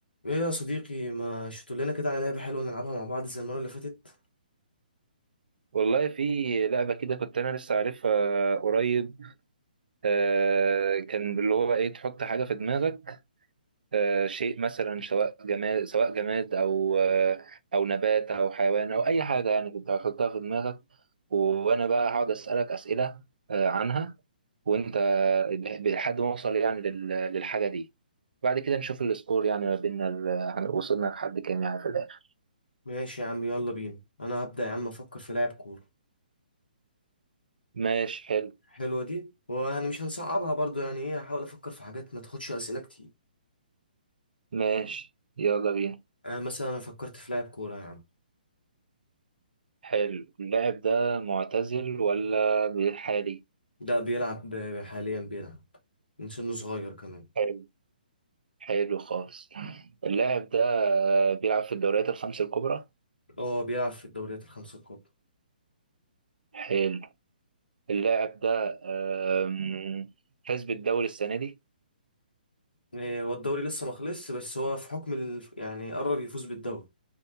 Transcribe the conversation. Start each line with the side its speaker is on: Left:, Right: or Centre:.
Left: ايه يا صديقي ما شفتوا لنا كده على لعبة حلوة نلعبها مع بعض زي المرة اللي فاتت
Right: والله في لعبة كده كنت أنا لسه عارفها قريب آه، كان اللي هو إيه تحط حاجة في دماغك آه، شيء مثلا سواء جماد سواء جماد أو آه، أو نبات أو حيوان أو أي حاجة يعني كنت هتحطها في دماغك وأنا بقى هقعد أسألك أسئلة آه، عنها وأنت ب- لحد ما أوصل يعني لل- للحاجة دي بعد كده نشوف السكور يعني ما بيننا ال- وصلنا لحد كام يعني في الآخر
Left: ماشي يا عم يلا بينا انا هبدأ يا عم افكر في لاعب كورة
Right: ماشي حلو
Left: حلوة دي وانا مش هنصعبها برضو يعني ايه هحاول افكر في حاجات ما تاخدش اسئلة كتير
Right: ماشي يلا بينا
Left: آه مثلا انا فكرت في لاعب كورة يا عم
Right: حلو اللاعب ده معتزل ولا بحالي
Left: ده بيلعب ب- حاليا بيلعب من سنه صغير كمان
Right: حلو حلو خالص اللاعب ده آه، بيلعب في الدوريات الخمس الكبرى
Left: اه بيلعب في الدوريات الخمسة الكبرى
Right: حلو اللاعب ده آم، فاز بالدوري السنة دي
Left: إيه هو الدوري لسه ما خلصش بس هو في حكم ال... يعني قرب يفوز بالدوري